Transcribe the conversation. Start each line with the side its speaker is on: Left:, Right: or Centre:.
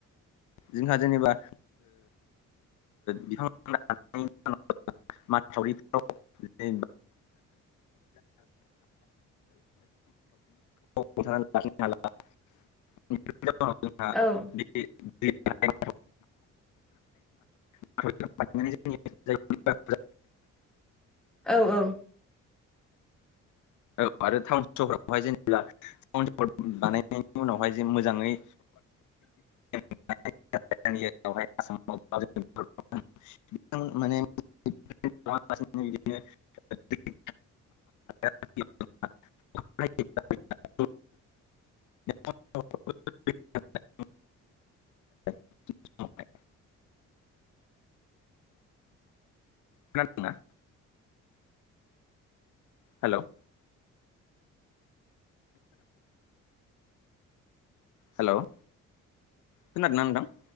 Left: जोंहा जेनेबा बिथांमोना हा मानासावरिफ्राव जबा <unintelligible> <unintelligible> <inaudible>
Centre: औ
Left: <unintelligible> जायगायाव
Centre: औ औ
Left: औ आरो टाउन सहरावहाय जेनेबा <unintelligible> बानायनायनि उनावहाय जे मोजांङै
Centre: <inaudible>
Left: <unintelligible> <unintelligible> <unintelligible> <unintelligible> <unintelligible> <unintelligible> खोनादोंना हेलौ हेलौ' खोनादोंना नोंथां